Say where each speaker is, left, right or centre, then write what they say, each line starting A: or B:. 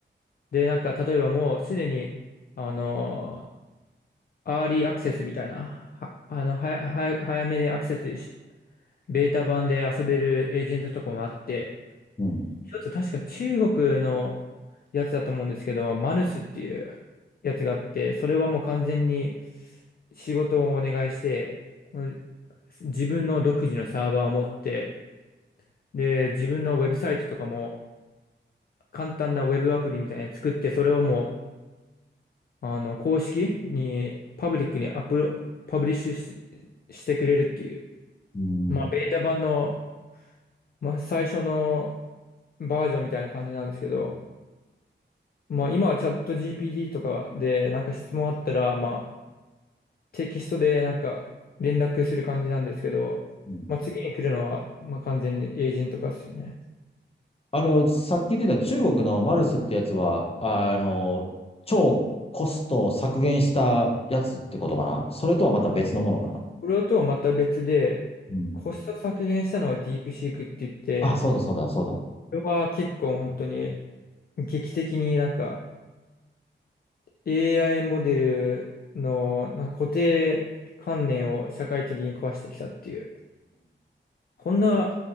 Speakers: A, on the left (about 50°); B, on the left (about 30°).
A: で、なんか、例えばもうすでに、あのアーリーアクセスみたいな、は、あの、はや、はや、早めでアクセスし、ベータ版で遊べるエージェントとかもあって、
B: うん、
A: 一つ確か中国のやつだと思うんですけど、マヌスっていうやつがあって、それはもう完全に仕事をお願いして、うん自分の独自のサーバーを持って、で、自分のウェブサイトとかも簡単なウェブアプリみたいなの作って、それをもう、あの、公式に、パブリックにアップロ、パブリッシュししてくれるっていう
B: うん、
A: まあ、ベータ版の、まあ、最初のバージョンみたいな感じなんですけど、まあ、今はチャット GPT とかで、なんか質問あったら、まあ、テキストでなんか連絡する感じなんですけど、
B: うん。
A: まあ、次に来るのは、まあ、完全にエージェント化ですよね。
B: あの、さっき言ってた中国のマルスってやつは、あの、超コストを削減したやつってことかなそれとはまた別のものかな
A: これとはまた別で、
B: うん。
A: コスト削減したのはディープシークって言って、
B: あ、そうだ、そうだ、そうだ。
A: これは結構本当に劇的になんか AI モデルのなんか固定観念を社会的に壊してきたっていう。こんな